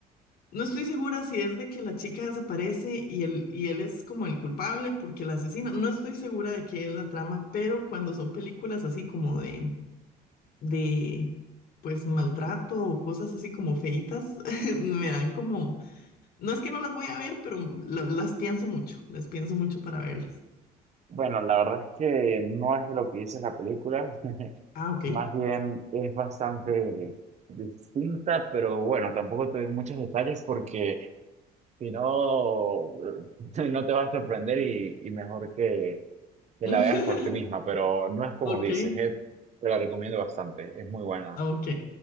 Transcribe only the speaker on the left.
No estoy segura si es de que la chica desaparece y él, y él es como el culpable porque la asesina. No estoy segura de qué es la trama, pero cuando son películas así como de de, pues, maltrato o cosas así como feitas, <laughs> me dan como, no es que no las voy a ver, pero lo- las pienso mucho, las pienso mucho para verlas.
Ah, ok.
<laughs>
Ok,
ok.